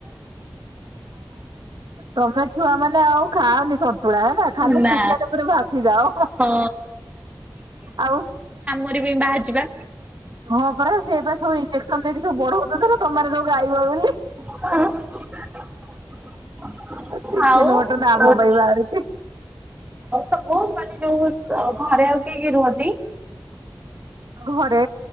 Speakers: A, on the right (about 65°); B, on the right (about 20°).
A: ତମେ ଛୁଆମାନେ ଆଉ ଖାଆନି ସ ଳା ହେଲା
B: ନା
A: ଖାଲି ଚିକେନ ଉପରେ ଭାସିିଯାଅ
B: ହଁ
A: ଆଉ
B: ବାହାରି ଚିବା
A: ହଁ ପରା ସେଏ ପା ସବୁ ଇଞ୍ଜେସନ ଦେଇକି ସବୁ ବଢଉଛନ୍ତି ନା ତମ ସବୁ ଗାଇବ ବୋଲି।
B: <unintelligible>
A: ଚିକେନ
B: ଆଉ
A: ମଟନ ଆମ
B: ଆଉ
A: ପାଇଁ ବାହାରିଛି।
B: ସବୁ ମାନେ ଯୋଉ ଘରେ ଆଉ କିଏ କିଏ ରୁହନ୍ତି?
A: ଘରେ